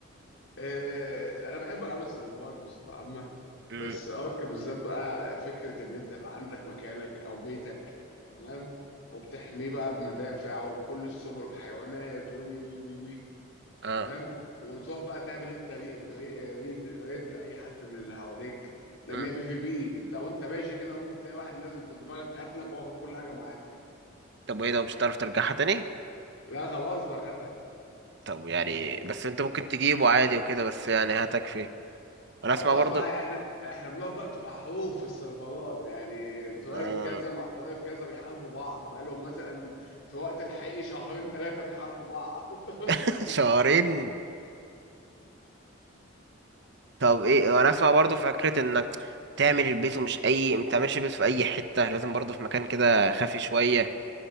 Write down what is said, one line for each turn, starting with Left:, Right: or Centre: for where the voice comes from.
Left: آه، انا بحب العاب السرفايف بصفه عامه
Right: مم.
Left: بس ارك بالذات بقى فكره ان انت يبقى عندك مكانك او بيتك تمام وبتحميه بقى بمدافع وبكل السبل وبحيوانات وي وي وي وي
Right: اه
Left: تمام وتروح بقى تعمل انت ري- بري- ريد ريد لاي حد من اللي حواليك لان
Right: مم.
Left: هي بي في بي انت وانت ماشي كده ممكن تلاقي واحد نازل فوق دماغك قتلك واخد كل حاجه معاه
Right: طب وايه ده مش هتعرف ترجعها تاني
Left: لا خلاص بقى خدها
Right: طب يعني بس انت ممكن تجيبه عادي وكده بس يعني هتكفي انا اسمع
Left: هتروح
Right: برضو
Left: بقى يعني احنا إحنا بنقعد بقى بتبقى حروب في السيرفرات يعني طيب
Right: آه.
Left: كذا مع طيب كذا بيحاربوا بعض بقى لهم مثلا في وقت الحقيقي شهرين ثلاثه بيحاربوا بعض <laughs> انت فاهم
Right: <laughs> شهرين طب ايه
Left: تمام.
Right: انا اسمع برضو فكرة انك تعمل البيت ومش اي ما تعملش بيت في اي حتة لازم برضو في مكان كده خافي شوية